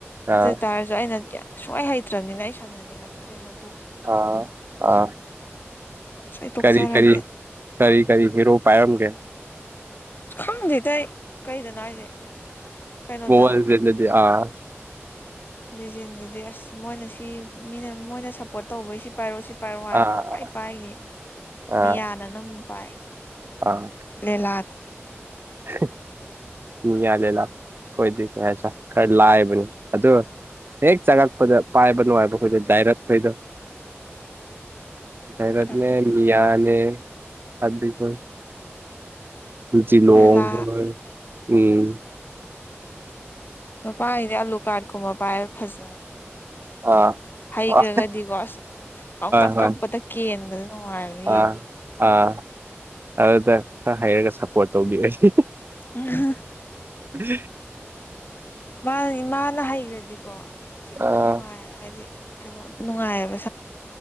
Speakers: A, on the left; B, on the right.
A: ꯑꯗꯨ
B: ꯑꯥ
A: ꯑꯣꯏꯇꯥꯔꯁꯨ ꯑꯩꯅ ꯌꯥꯝ ꯁꯨꯡꯍꯩ ꯍꯩꯇ꯭ꯔꯝꯅꯤꯅ ꯑꯩ ꯁꯥꯟꯅꯅꯤꯉꯛꯇ꯭ꯔꯦꯅ
B: ꯑꯥ ꯑꯥ
A: ꯑꯁ ꯑꯩ ꯇꯣꯛꯆꯔꯒꯦ
B: ꯀꯔꯤ ꯀꯔꯤ ꯀꯔꯤ ꯀꯔꯤ ꯍꯦꯔꯣ ꯄꯥꯏꯔꯝꯒꯦ
A: ꯈꯪꯗ‌ꯦꯗ ꯑꯩ ꯀꯩꯗꯅ‌ꯣ ꯍꯥꯏꯁ‌ꯦ ꯀꯩꯅꯣꯗꯔꯣ
B: ꯃꯣꯕꯥꯏꯜ ꯂꯤꯖꯦꯟꯗꯗꯤ ꯑꯥ
A: ꯗꯤꯖꯤꯟꯗꯨꯗꯤ ꯑꯁ ꯃꯣꯏꯅ ꯁꯤ ꯃꯤꯅ ꯃꯣꯏꯅ ꯁꯞꯄꯣꯔꯠ ꯇꯧꯕꯩ ꯁꯤ ꯄꯥꯏꯔꯛꯑꯣ ꯁꯤ ꯄꯥꯏꯔ‌ꯣ ꯍꯥꯏꯕ
B: ꯑꯥ
A: ꯄꯪꯄꯥꯏ ꯄꯥꯏꯈꯤ
B: ꯑꯥ
A: ꯃꯤꯌꯥꯅ ꯑꯅꯝꯕ ꯄꯥꯏ
B: ꯑꯥ
A: ꯂ‌ꯦꯂꯥ ꯒ
B: <unintelligible> ꯃꯤꯌꯥ ꯂ‌ꯦꯂꯥ ꯈ‌ꯣꯏꯗꯤ ꯀꯩ ꯍꯥꯏꯁꯤꯔꯥ ꯈꯔ ꯂꯥꯏꯕ ꯕꯨꯅꯤ ꯑꯗꯨ ꯍꯦꯛ ꯆꯪꯉꯛꯄꯗ ꯄꯥꯏꯕ ꯅꯨꯡꯉꯥꯏꯕ ꯈꯣꯏꯗ ꯗꯥꯏꯔꯠ ꯍꯩꯗꯣ ꯗꯥꯏꯔꯠꯅꯦ
A: ꯈꯪꯗꯦ
B: ꯃꯤꯌꯥꯅꯦ ꯑꯞꯕꯤꯈ‌ꯣꯏ ꯖꯤ ꯂꯣꯡ
A: ꯂꯦꯂꯥ
B: ꯍꯣꯏ ꯎꯝ
A: ꯅꯨꯄꯥꯒꯤꯗꯤ ꯑꯥꯂꯨ ꯀꯥꯔꯠꯀꯨꯝꯕ ꯄꯥꯏ ꯐꯖꯕ
B: ꯑꯥ
A: ꯍꯩꯈ꯭ꯔꯒꯗꯤꯀꯣ
B: ꯍꯣꯏ
A: ꯑꯁ ꯑꯃꯨꯛꯇꯪ
B: ꯍꯣꯏ
A: ꯀꯛꯄꯗ ꯀꯦꯟꯕꯗ ꯅꯨꯡꯉꯥꯏꯕꯗ
B: ꯑꯥ
A: ꯌꯦꯡꯕꯗ
B: ꯑꯥ ꯑꯗꯨꯗ ꯈꯔ ꯍꯥꯏꯩꯔꯒ ꯁꯞꯄꯣꯔꯠ ꯇꯧꯕꯤꯔꯁꯤ
A: ꯑ
B: ꯎꯝ
A: ꯃꯥ ꯏꯃꯥꯅ ꯍꯩꯈ꯭ꯔꯗꯤꯀꯣ
B: ꯑꯥ
A: ꯅꯨꯡꯉꯥꯏ ꯍꯥꯏꯗꯤ ꯀꯩꯅꯣ ꯅꯨꯡꯉꯥꯏꯑꯕꯦ